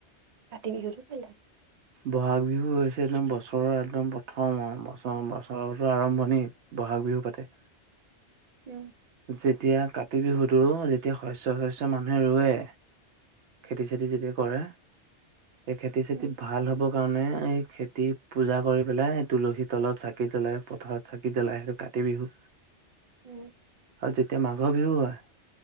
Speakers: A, on the right; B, on the right.
A: কাতি বিহুতো ভাল লাগে।
B: বহাগ বিহু হৈছে একদম বছৰৰ একদম প্ৰথম বছৰ বছৰতোৰ আৰম্ভণি। ব'হাগ বিহু পাতে।
A: ওম।
B: যেতিয়া কাতি বিহুটো যেতিয়া শস্য শস্য মানুহে ৰুয়ে খেতি চেতি যেতিয়া কৰে সেই খেতি চেতি
A: উম
B: ভাল হ'ব কাৰণে এই খেতি পূজা কৰি পেলাই তুলসী তলত চাকি জ্বলাই পথাৰত চাকি জ্বলাই সেইটো কাতি বিহু
A: ওম
B: আৰু যেতিয়া মাঘ বিহু হয়